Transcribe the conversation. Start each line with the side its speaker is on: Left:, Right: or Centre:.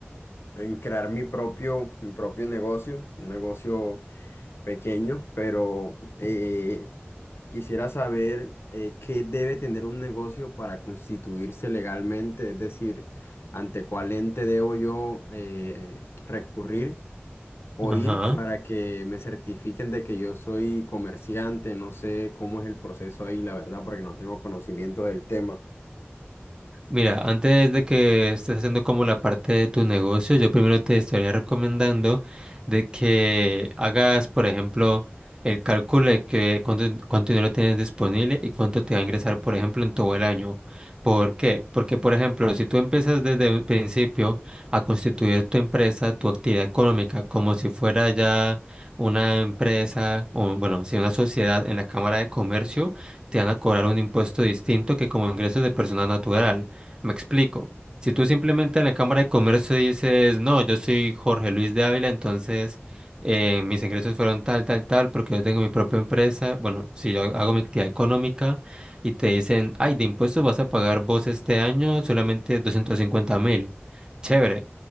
Left: en crear mi propio, mi propio negocio, un negocio pequeño, pero eh, Quisiera saber eh, qué debe tener un negocio para constituirse legalmente, es decir, ante cuál ente debo yo eh, recurrir o
Right: Ajá.
Left: ir para que me certifiquen de que yo soy comerciante. No sé cómo es el proceso ahí, la verdad, porque no tengo conocimiento del tema.
Right: Mira, antes de que estés haciendo como la parte de tu negocio, yo primero te estaría recomendando de que hagas, por ejemplo, el cálculo de que cuánto, cuánto dinero tienes disponible y cuánto te va a ingresar, por ejemplo, en todo el año. ¿Por qué? Porque, por ejemplo, si tú empiezas desde el principio a constituir tu empresa, tu actividad económica, como si fuera ya una empresa o, bueno, si una sociedad en la Cámara de Comercio, te van a cobrar un impuesto distinto que como ingresos de persona natural. Me explico. Si tú simplemente en la Cámara de Comercio dices, no, yo soy Jorge Luis de Ávila, entonces eh, mis ingresos fueron tal, tal, tal, porque yo tengo mi propia empresa, bueno, si yo hago mi actividad económica y te dicen, ay, de impuestos vas a pagar vos este año solamente doscientos cincuenta mil. Chévere.